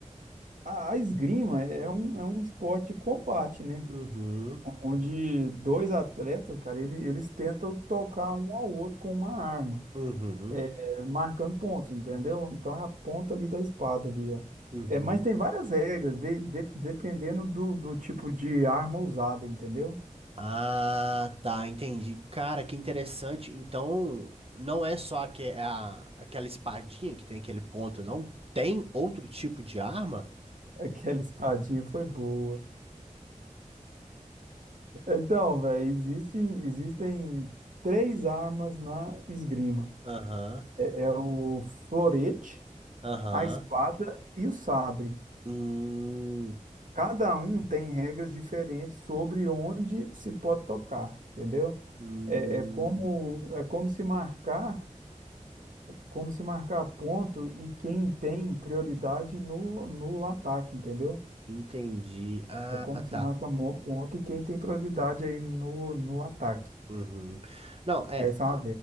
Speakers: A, on the right (about 75°); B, on the right (about 45°).
A: a, a esgrima é um, é um esporte de combate, né?
B: Uhum,
A: Onde dois atletas, cara, ele- eles tentam tocar um ao outro com uma arma,
B: uhum,
A: é, marcando pontos, entendeu? Então é a ponta ali da espada ali, ó.
B: uhum.
A: É, mas tem várias regras, de- de- dependendo do, do tipo de arma usada, entendeu?
B: Ah, tá, entendi. Cara, que interessante. Então, não é só aque- é a- aquela espadinha que tem aquele ponto, não? Tem outro tipo de arma?
A: Aquela espadinha foi boa. Então, velho, existem, existem três armas na esgrima.
B: Aham,
A: É o florete,
B: aham.
A: a espada e o sabre.
B: Hum,
A: Cada um tem regras diferentes sobre onde se pode tocar, entendeu?
B: hum,
A: É, é como, é como se marcar, como se marcar ponto e quem tem prioridade no, no ataque, entendeu?
B: entendi. Ah,
A: É como se
B: tá.
A: marca mo- ponto e quem tem prioridade aí no, no ataque.
B: Uhum. Não, é,
A: Essa é uma